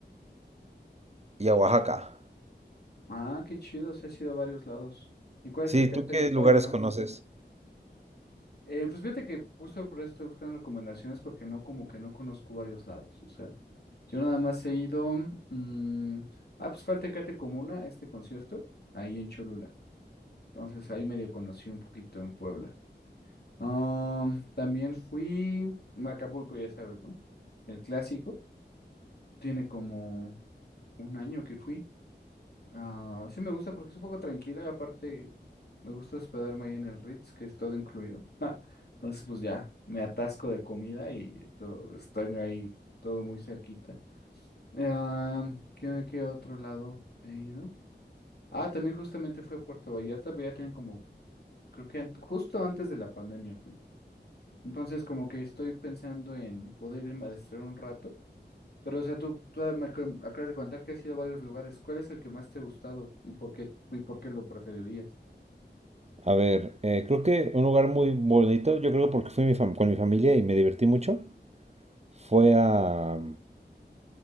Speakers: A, on the right; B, on the left.
A: y a Oaxaca.
B: Ah, qué chido, sí has ido a varios lados. ¿Y cuál
A: Sí,
B: es el que
A: ¿tú
B: te
A: qué
B: ha gustado
A: lugares
B: más?
A: conoces?
B: Eh, pues fíjate que justo por eso estoy buscando recomendaciones porque no, como que no conozco varios lados. O sea, yo nada más he ido. mm, ah, pues fue al Tecate Comuna, a este concierto, ahí en Cholula. Entonces ahí medio conocí un poquito en Puebla. Ah, también fui a Acapulco, ya sabes, ¿no? El clásico. Tiene como un año que fui. Ah, sí me gusta porque es un poco tranquila y aparte me gusta hospedarme ahí en el Ritz, que es todo incluido. Ja, Entonces, pues ya, me atasco de comida y todo, estoy ahí todo muy cerquita. Ah, ¿qué, qué otro lado he ido? Ah, también justamente fue a Puerto Vallarta, pero ya tienen como, creo que ant- justo antes de la pandemia fui. Entonces, como que estoy pensando en poder irme a distraer un rato. Pero, o sea, tú, tú me ac- acabas de contar que has ido a varios lugares. ¿Cuál es el que más te ha gustado y por qué, y por qué lo preferirías?
A: A ver, eh, creo que un lugar muy bonito, yo creo porque fui mi fam- con mi familia y me divertí mucho, fue a,